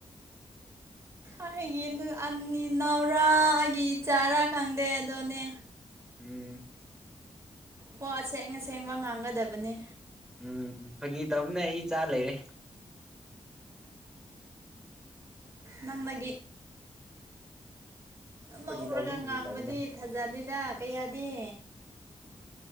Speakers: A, on the right (about 25°); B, in the centre.
A: ꯑꯩꯒꯤ ꯑ ꯏꯅꯥꯎꯔ ꯑꯩꯒꯤ ꯏꯆꯥꯔꯥ ꯈꯪꯗꯦ ꯑꯗꯨꯗꯣꯅꯦ
B: ꯎꯝ
A: ꯍ ꯑꯁꯦꯡ ꯑꯁꯦꯡꯕ ꯉꯥꯡꯒꯗꯕꯅꯤ
B: ꯎꯝ ꯐꯥꯒꯤ ꯇꯕꯅꯦ ꯑꯩꯆꯥ ꯂꯩꯔꯦ
A: ꯅꯅ ꯂꯧꯔꯒ
B: ꯐꯒꯤ ꯇꯧꯕꯅꯦ ꯐꯒꯤ
A: ꯉꯥꯡꯕꯗꯤ
B: ꯇꯧꯕꯅꯦ
A: ꯊꯥꯖꯗꯦꯗ ꯀꯌꯥꯗꯤ